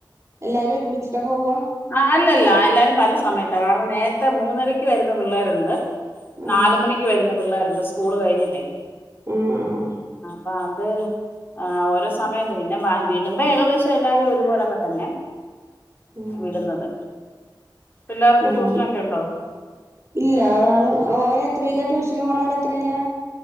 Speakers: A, on the right; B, on the left.
A: എല്ലാരും ഒരുമിച്ചിട്ടാ പോവാ?
B: ആഹ് അല്ലല്ല എല്ലാരും പല സമയത്താ കാരണം നേരത്തെ മൂന്നരക്ക് വരുന്ന പിള്ളേരുണ്ട്.
A: ആഹ്
B: നാല് മണിക്ക് വരുന്ന പിള്ളേരുണ്ട് സ്കൂള് കഴിഞ്ഞിട്ടേ.
A: മം മം
B: അപ്പ അത് ഓരോ സമയത്ത് പിന്നെ വ വിടുമ്പോ ഏകദേശം എല്ലാരും ഒരുപോലൊക്കെ തന്നെ
A: ആഹ്
B: വിടുന്നത്. പിള്ളേർക്ക്
A: ആഹ്
B: ട്യൂഷനൊക്കെയുണ്ടോ?
A: ഇല്ല. ഒരാള് ഓന് എത്രീല ട്യൂഷന് പോണാള് എത്രീലാ?